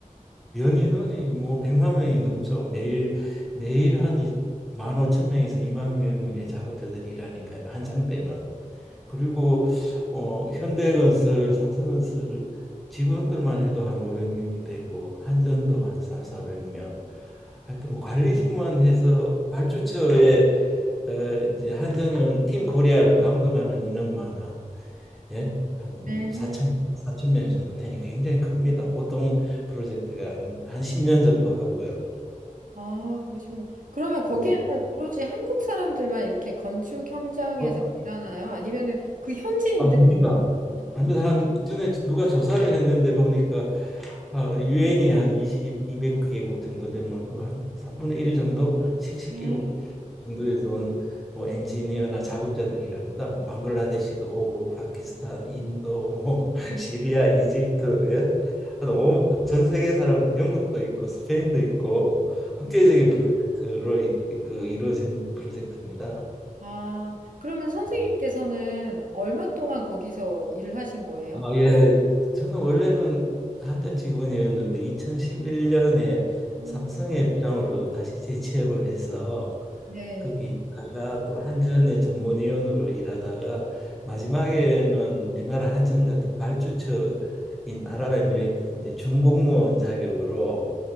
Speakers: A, in the centre; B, on the right.
A: 연인원이 뭐 100만 명이 넘죠. 매일 매일 한 1 5천명에서 2만 명의 작업자들이 일하니까요. 한창 때는. 그리고 어 현대건설, 삼성건설 직원들만 해도 한5백명이 되고 한전도 한 3, 4백명 하여튼 뭐 관리직만 해서 발주처에 어, 이제 한전은 팀 코리아를 감독하는 인원만 한 예? 한
B: 네.
A: 4천 사천 명 정도 되니 굉장히 큽니다. 보통 프로젝트가 아닙니다. 한 10년 정도 하고요.
B: 아, 그러시구나. 그러면 거기에는
A: 예.
B: 오로지 한국 사람들만 이렇게 건축 현장에서
A: 어,
B: 일하나요? 아니면은 그 현지인들
A: 아닙니다.
B: 하나요?
A: 아닙니다. 한 전에 누가 조사를 했는데 보니까 어, 유엔이 한 20, 200개국 정도 되면 그 한 3분의 1 정도 한 70개국
B: 음.
A: 정도에서 온 뭐 엔지니어나 작업자들이랍니다. 뭐 방글라데시도 오고 파키스탄, 인도, 뭐 <laughs> 시리아, 이집트, 예. 하여튼 온- 전 세계 사람들 영국도 있고 스페인도 있고 국제적인
B: 네.
A: 프로젝트로 이, 그 이루어진 프로젝트입니다.
B: 아, 그러면 선생님께서는
A: 네.
B: 얼마 동안 거기서 일을 하신 거예요?
A: 아, 예. 저는 원래는 한전 직원이었는데 2011년에
B: 음.
A: 삼성의 부장으로 다시 재취업을 해서
B: 네.
A: 거기 있다가 또 한전의 전문위원으로 일하다가 마지막에는 우리나라 한전 같은 발주처인 아랍에미레이트 이제 준공무원 자격으로